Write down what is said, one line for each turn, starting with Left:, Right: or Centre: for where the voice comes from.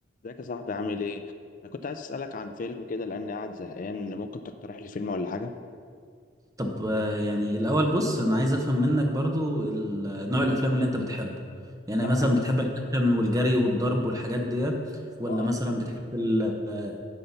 Left: ازيك يا صاحبي عامل ايه؟ انا كنت عايز اسالك عن فيلم كده لاني قاعد زهقان ممكن تقترح لي فيلم ولا حاجه؟
Right: طب آه، يعني الأول بص أنا عايز أفهم منك برضو ال- نوع الأفلام اللي أنت بتحبه يعني
Left: انا
Right: مثلا
Left: بحب
Right: بتحب الأكشن والجري والضرب والحاجات ديت ولا
Left: اه
Right: مثلا بتحب ال- آه،